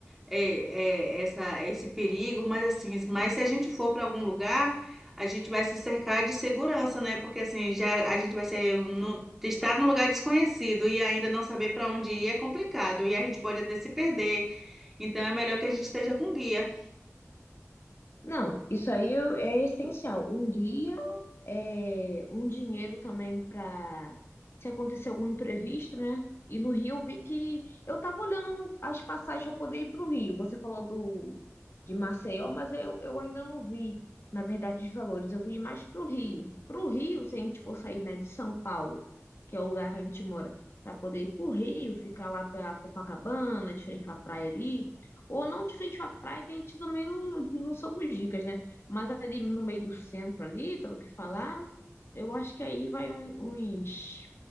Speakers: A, in the centre; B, on the left.
A: é, é, essa, esse perigo, mas assim, mas se a gente for para algum lugar, a gente vai se cercar de segurança, né? Porque assim, já a gente vai ser no, estar num lugar desconhecido e ainda não saber para onde ir é complicado e a gente pode até se perder. Então é melhor que a gente esteja com guia.
B: Não, isso aí eu- é essencial. Um guia, é, um dinheiro também para se acontecer algum imprevisto, né? E no Rio eu vi que eu tava olhando as passagens para poder ir para o Rio. Você falou do de Maceió, mas eu, eu ainda não vi, na verdade, os valores. Eu vi mais para o Rio. Para o Rio, se a gente for sair, né, de São Paulo, que é o lugar que a gente mora, para poder ir para o Rio, ficar lá para Copacabana, de frente para praia ali. Ou não de frente à praia, que a gente também não, não somos ricas, né? Mas ali no meio do centro, ali, pelo que falaram, eu acho que aí vai um- uns,